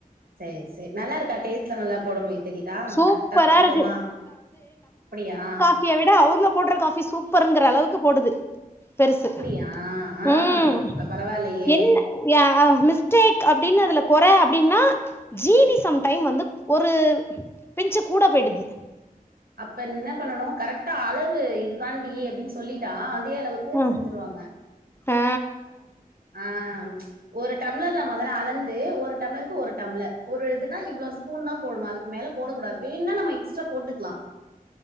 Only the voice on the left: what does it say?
சூப்பரா
இருக்கு
ச்சிய விட அவுங்க போடுற காஃபி சூப்பர்ங்கிற அளவுக்கு போடுது பெருசு
ம்
என்ன ஊ யா மிஸ்டேக் அப்டின்னு அதுல கொறை அப்டின்னா ஜீனி சம்டைம் வந்து ஒரு பிஞ்சு கூட போயிது
ம்
ஆ